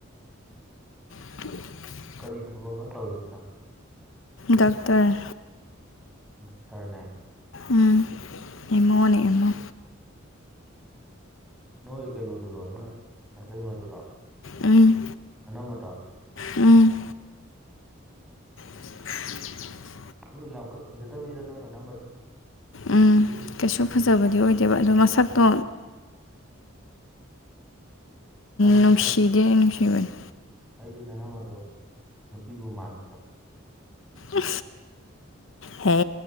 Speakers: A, on the left; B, in the centre.
A: <unintelligible>
B: ꯀꯔꯤ ꯊꯕꯛꯅꯣ ꯇꯧꯔꯤꯁꯤꯅ
A: ꯗꯥꯛꯇꯔ
B: ꯗꯣꯛꯇꯔꯅꯦ
A: ꯎꯝ ꯑꯦꯝꯃꯣꯅꯦ ꯑꯦꯝꯃꯣ
B: ꯅꯣꯏ ꯀꯩꯅꯣꯗꯨꯔꯣ ꯅꯣꯏ ꯅꯇꯩ ꯃꯗꯨꯔꯣ
A: ꯎꯝ
B: ꯅꯅꯝꯃꯗꯣ
A: ꯎꯝ <unintelligible>
B: ꯑꯗꯨ ꯌꯥꯝ ꯀꯟꯅ ꯐꯖꯗꯕꯅꯤꯗ ꯅꯣꯏꯅ ꯅꯅꯝꯃꯗꯣ
A: ꯎꯝ ꯀꯩꯁꯨ ꯐꯖꯕꯗꯤ ꯑꯣꯏꯗꯦꯕ ꯑꯗꯣ ꯃꯁꯛꯇꯣ
B: ꯑ,
A: ꯅꯨꯡꯁꯤꯗꯤꯦ
B: ꯑꯩ
A: ꯅꯨꯡꯁꯤ ꯃꯅꯨꯡ
B: ꯑꯩꯗꯤ ꯅꯅꯝ ꯑꯗꯣ ꯅꯨꯄꯤꯕꯨ ꯃꯥꯟꯗ
A: ꯑ ꯍꯦ